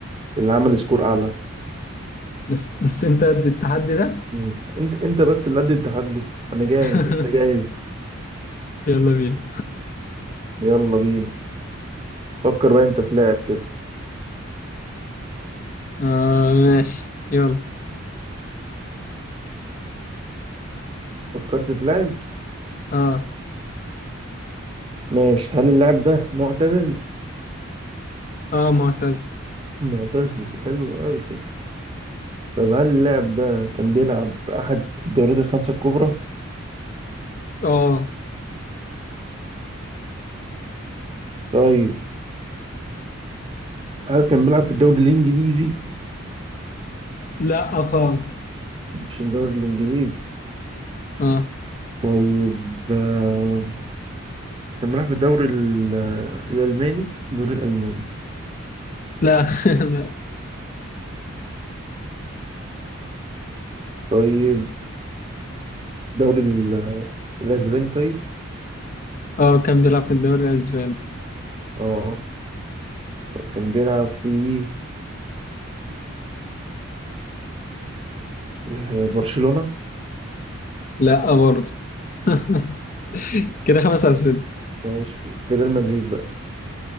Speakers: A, on the right; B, on the left.
A: اللي عمل سكور اعلى
B: بس بس انت قد التحدي ده
A: مم. انت انت بس اللي قد التحدي انا جاهز
B: <laughs>
A: انت جاهز
B: يلا بينا
A: يلا بينا فكر بقى انت في لاعب كده
B: اه ماشي يلا
A: فكرت في لاعب
B: اه
A: ماشي هل اللاعب ده معتزل
B: اه معتز
A: معتزل حلو قوي كده طب هل اللاعب ده كان بيلعب في احد الدوريات الخمسة الكبرى
B: اه
A: طيب هل كان بيلعب في الدوري الانجليزي
B: لا آه، خالص
A: مش الدوري الانجليزي
B: اه
A: طيب آه، كان بيلعب في الدوري ال- آه، الالماني الدوري الالماني
B: لا <laughs> لا
A: طيب الدوري ال- آه، الاسباني طيب
B: اه كان بيلعب في الدوري الاسباني
A: اه طب كان بيلعب في آه، برشلونة
B: لا آه، برضه <laughs> كده خمس اسئله
A: ماشي في ريال مدريد بقى